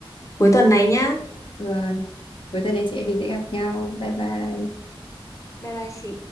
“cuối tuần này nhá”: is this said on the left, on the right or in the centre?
Left